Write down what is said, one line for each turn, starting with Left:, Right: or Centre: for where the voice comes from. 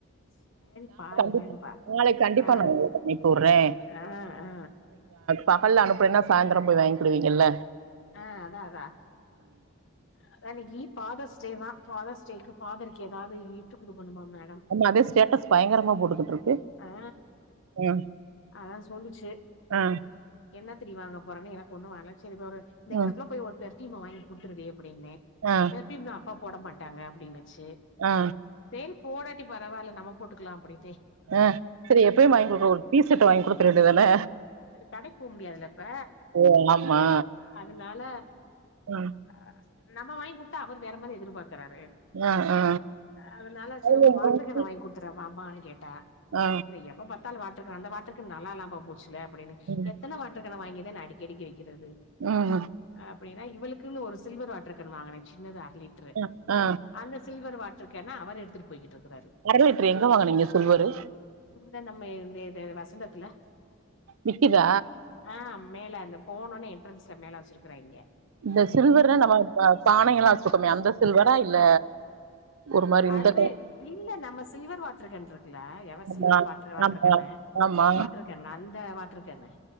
Left: சேரி பாரு
Right: <inaudible>
Left: என்னன்னு பாரு
Right: நாளைக் கண்டிப்பா
Left: ஆ
Right: <inaudible> டுறேன்
Left: ஆ ஆ
Right: பகல்ல அனுப்புறீன்னா சாய்ந்தரம் போய் வாங்கிடுவீங்கல்ல
Left: அ அதா அதா அதானிக்கி ஃபாதர்ஸ் டே வா ஃபாதர்ஸ்ட் டேக்கு ஃபாதருக்கு ஏதாவ்து கிஃப்ட்டு குடுக்கனுமா மேடம்
Right: உங்க அதே ஸ்டேட்டஸ் பயங்கரமா போட்டுக்குட்டுருக்கு
Left: ஆ
Right: ம்
Left: அதா சொல்லுச்சு
Right: ஆ
Left: என்னத்தடி வாங்க போறேன்னு எனக்கு ஒன்னு வேணா சரி ஒரு இந்த இங்கனுக்குள்ள
Right: ம்
Left: போய் ஒரு பெர்ப்யூம வாங்கி குடுத்துருடி அப்டின்னே
Right: ஆ
Left: ப்யூம்லா அப்பா போட மாட்டாங்க அப்டின்னுச்சு
Right: ஆ
Left: சேரி போடாட்டி பரவால்ல நம்ம போட்டுக்கலா அப்டின்ட்டே
Right: ஆ சரி எப்பயும் வாங்கி குடுக்குற ஒரு டீ ஷர்ட்ட வாங்கி குடுத்துர வேண்டிய தானே
Left: கடைக்கு போக முடியாதுல்ல இப்ப
Right: ஓ ஆமா
Left: அதனால
Right: ஆ
Left: அ நம்ம வாங்கி குடுத்தா அவர் வேற மாரி எதிர்பாக்குறாரு
Right: ஆ ஆ
Left: அதனால சரி
Right: அதுல
Left: ஒரு
Right: என்ன
Left: வாட்ரு
Right: இருக்கு?
Left: கேன வாங்கி குடுத்துறவாமான்னு கேட்டா
Right: ஆ
Left: இல்ல எப்ப பாத்தாலு வாட்டர் கேன் அந்த வாட்டர் கேன் நல்லா இல்லாம போச்சல அப்படின்னு
Right: ம்
Left: எத்தன வாட்டர் கேன வாங்கிதே நா அடிக்கி கடிக்கி வைக்கிறது
Right: ம் ம்
Left: அப்டின்னா இவளுக்குக்குன்னு ஒரு சில்வர் வாட்டர் கேனு வாங்குனே சின்னதா அர லிட்ரு
Right: அ ஆ
Left: அந்த சில்வர் வாட் ட்ரு கேன அவர் எடுத்துட்டு போயிகிட்டுருக்ராரு
Right: அர லிட்ரு எங்க வாங்குனீங்க சில்வரு
Left: இந்த நம்ம எ எது வசந்தத்துல
Right: விக்குதா
Left: ஆ மேல இந்த போன உடனே என்ட்ரன்ஸ்ல மேல வச்சிருக்கிறாங்க
Right: இந்த சில்வர்னா நம்ம பான எல்லா வச்சுருக்கோமே அந்த சில்வரா இல்ல ஒரு மாரி இந்த
Left: அது இல்ல நம்ம சில்வர் வாட்டரு கேன் இருக்குல்ல எவர்
Right: கலர்ல
Left: சில்வர் பாத்ர வாட்டரு
Right: ஆமா
Left: கேனு
Right: ஆமா
Left: வாட்ரு கேன்ல அந்த வாட்ரு கேனு